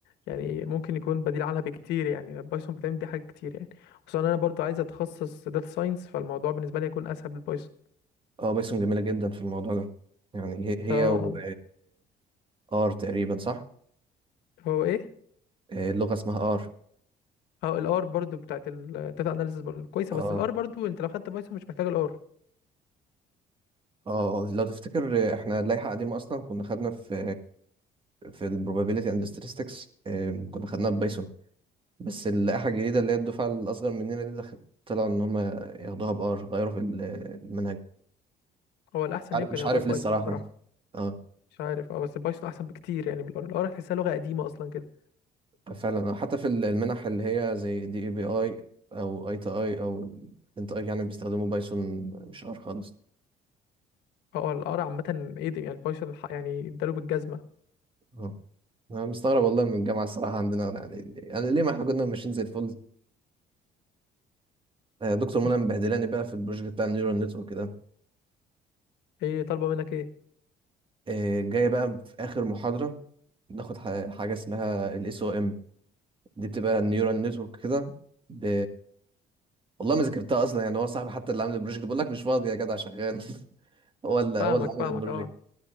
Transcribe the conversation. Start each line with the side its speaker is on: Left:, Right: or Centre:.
Left: يعني ممكن يكون بديل عنها بكتير يعني البايثون بتعمل بيه حاجات كتير يعني خصوصا انا برضو عايز اتخصص داتا ساينس فالموضوع بالنسبه لي هيكون اسهل بالبايثون
Right: اه بايثون جميله جدا في الموضوع ده يعني هي هي
Left: اه
Right: و ار تقريبا صح
Left: هو ايه
Right: آه، اللغه اسمها ار
Left: اه الار برضو بتاعت الداتا اناليسيس برضو كويسه
Right: اه
Left: بس الار برضو انت لو خدت بايثون مش محتاج الار
Right: اه آه. لو تفتكر احنا اللائحه قديمه اصلا كنا خدنا في في البروبابيليتي اند ستاتستكس كنا خدناها ببايثون بس اللائحه الجديده اللي هي الدفعه الاصغر مننا دي دخل- طلعوا ان هم ياخدوها بار غيروا في ال- المنهج
Left: هو الاحسن
Right: عار-
Left: ليهم كان
Right: مش
Left: ياخدوها
Right: عارف
Left: بايثون
Right: ليه الصراحه
Left: بصراحه
Right: اه
Left: مش عارف اه بس البايثون احسن بكتير يعني بالار الار الار هتحسها لغه قديمه اصلا كده
Right: فعلا آه، حتى في ال- المنح اللي هي زي دي اي بي اي او اي تي اي او انت اي يعني بيستخدموا بايثون مش ار خالص
Left: اه الار عامه ايه دي يعني البايثون ح- يعني اداله بالجزمه
Right: اه انا مستغرب والله من الجامعه الصراحه عندنا يعني يعني ليه ما احنا كنا ماشيين زي الفل آه، دكتور منى
Left: مش
Right: مبهدلاني بقى في البروجكت بتاع النيورال نتورك ده
Left: ايه طالبه منك ايه
Right: آه، جايه بقى في اخر محاضره ناخد ح- حاجه اسمها الاس او ام دي بتبقى النيورال نتورك كده ب... والله ما ذاكرتها اصلا يعني هو صاحبي حتى اللي عامل البروجكت بقول لك مش فاضي يا جدع شغال <laughs> هو اللي
Left: فاهمك
Right: هو اللي عامل
Left: فاهمك
Right: البروجكت
Left: اه